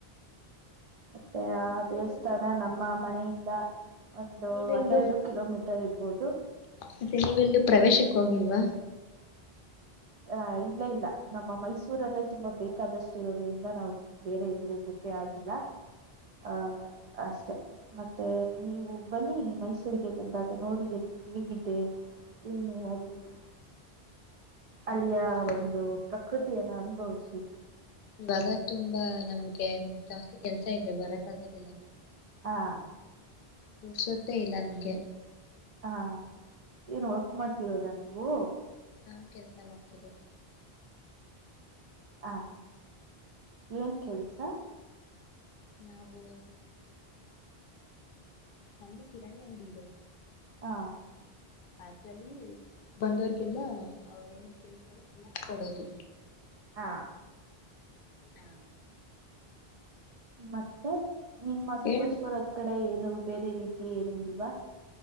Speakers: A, on the right; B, on the left.
A: ಮತ್ತೆ ಆ
B: ಮತ್ತೆ
A: ದೇವಸ್ಥಾನ ನಮ್ಮ ಮನೆಯಿಂದ ಒಂದು
B: ನೀವೆಲ್ಲು
A: ಹನ್ನೆರಡು ಕಿಲೋಮೀಟರ್ ಇರ್ಬೋದು
B: ಮತ್ತೆ ನೀವೆಲ್ಲೂ ಪ್ರವೇಶಕ್ಕೆ ಹೋಗಿಲ್ವಾ.
A: ಆ ಇಲ್ಲ ಇಲ್ಲ ನಮ್ಮ ಮೈಸೂರಲ್ಲೇ ತುಂಬಾ ಬೇಕಾದಷ್ಟು ಇರೋದ್ರಿಂದ ನಾವು ಬೇರೆ ಎಲ್ಲಿ ಹೋಗ್ಬೇಕ ಕೆ ಆಗಿಲ್ಲ ಅ ಅಷ್ಟೆ ಮತ್ತೆ ನೀವು ಬನ್ನಿ ಮೈಸೂರಿಗೆ ಬಂದಾಗ ನೋಡಿ ಎಲ್ಲಿ. ಗಿದ್ದೆ ಇನ್ನೂ <unintelligible> ಅಲ್ಲಿಯ
B: ಅಂದ್ರೆ ಇವಾಗ
A: ಒಂದು ಪ್ರಕೃತಿಯನ್ನ ಅನುಭವಿಸಿ.
B: ಇವಾಗ ತುಂಬಾ ನಮ್ಗೆ ಜಾಸ್ತಿ ಕೆಲ್ಸ ಇದೆ ಬರಕ್ ಆಗೋದಿಲ್ಲ.
A: ಹಾ
B: ಪೋರ್ಸತ್ತೇ ಇಲ್ಲ ನಮ್ಗೆ
A: ಹಾ ಏನ್ ವರ್ಕ್ ಮಾಡ್ತಿರೋದಾ ನೀವು.
B: ಹಾ ಕೆಲ್ಸ ಮಾಡ್ತಿರೋದು
A: ಹಾ ಏನ್ ಕೆಲ್ಸ
B: ನಾವು ಹ್ಮ ಕಿರಾಣಿ ಅಂಗ್ಡಿ ಇದೆ
A: ಹಾ
B: ಅದ್ರಲ್ಲಿ ಬಂದವ್ರಗೆಲ್ಲ ಅವ ಏನೇನ್ ಕೇಳ್ತಾರ ಎಲ್ಲ ಕೊಡದು
A: ಹಾ
B: ಹ
A: ಮತ್ತೆ ನಿಮ್ಮ ಸಕಲೇಶ್ಪುರದ್
B: ಹೇಳ್
A: ಕಡೆ ಏನು ವು ಬೇರೆ ರೀತಿ ಏನು ಇಲ್ವಾ